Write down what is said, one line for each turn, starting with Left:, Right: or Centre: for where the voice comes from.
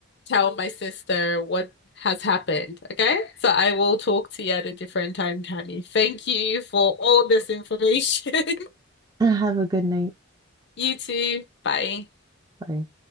Left: tell my sister what has happened. Okay. So I will talk to you at a different time, Tammy. Thank you for all this information. <laughs>
Right: <laughs> Have a good night.
Left: You too. Bye.
Right: Bye.